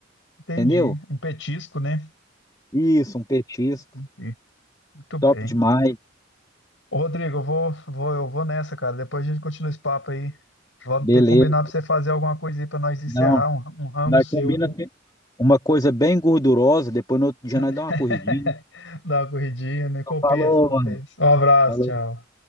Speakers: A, on the left; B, on the left.
A: Entendi.
B: entendeu?
A: Um petisco, né?
B: Isso, um petisco.
A: Entendi. Muito bem.
B: Top demais.
A: Ô, Rodrigo, eu vou, vou, eu vou nessa, cara. Depois a gente continua esse papo aí. Vamos
B: Beleza.
A: ter que combinar pra você fazer alguma coisa aí pra nós encerrar
B: Não,
A: um, um rango
B: nós
A: seu,
B: combina
A: viu?
B: assim, uma coisa bem gordurosa, depois no outro dia
A: <laughs>
B: nós dá uma corridinha.
A: Dá uma corridinha, né? Compensa,
B: Então, Falou,
A: compensa.
B: mano.
A: Um abraço,
B: Falou.
A: tchau.